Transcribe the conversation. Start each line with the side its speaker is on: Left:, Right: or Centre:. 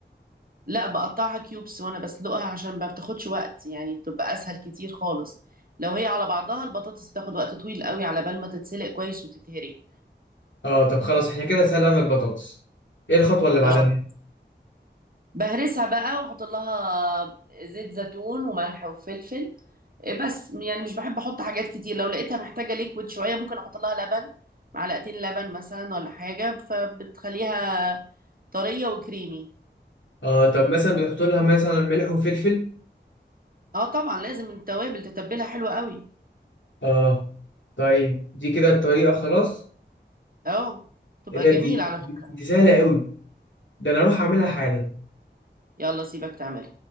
Right: لا بقطعها كيوبس وانا بسلقها عشان ما بتاخدش وقت يعني بتبقى اسهل كتير خالص لو هي على بعضها البطاطس بتاخد وقت طويل قوي على بال ما تتسلق كويس وتتهري
Left: اه طب خلاص احنا كده سلقنا البطاطس ايه الخطوة اللي بعدها
Right: اه بهرسها بقى واحط لها زيت زيتون وملح وفلفل إيه بس يعني مش بحب احط حاجات كتير لو لقيتها محتاجه ليكويد شويه ممكن احط لها لبن معلقتين لبن مثلا ولا حاجه فبتخليها طريه وكريمي
Left: اه طب مثلا بتحط لها مثلا ملح وفلفل
Right: اه طبعا لازم التوابل تتبلها حلوه قوي
Left: اه طيب دي كده الطريقة خلاص
Right: اه تبقى
Left: ايه ده دي
Right: جميله على
Left: دي
Right: فكره
Left: دي سهلة قوي ده انا اروح اعملها حالا
Right: يلا سيبك تعمل